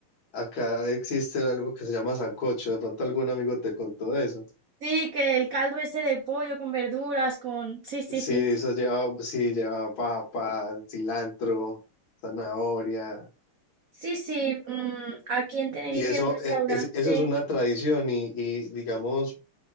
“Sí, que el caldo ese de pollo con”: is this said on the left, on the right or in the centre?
Right